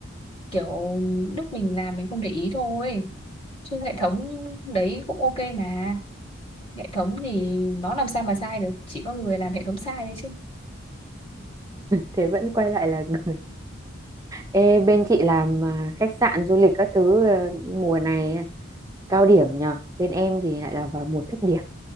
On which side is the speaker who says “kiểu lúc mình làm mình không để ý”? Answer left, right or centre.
Left